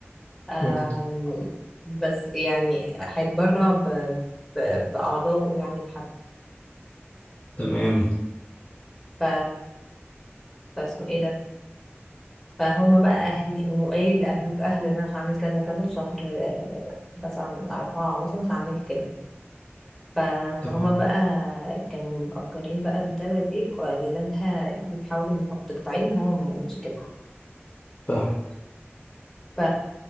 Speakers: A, in the centre; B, on the left.
A: أم...
B: امم
A: بس يعني هيتبرع ب... ب- بأعضائه يعني
B: تمام
A: ف فاسمه ايه ده فهما بقى اهلي وقايل لاهله اهله ان انا هعمل كذا كذا في شهر آه، مثلا اربعة مثلا هعمل كده ف-
B: تمام
A: فهما بقى كانوا مأجرين بقى الدادة دي وقالوا لها انتي تحاولي ان هو تقطعيه ان هو ما يعملش كده
B: فاهم
A: ف...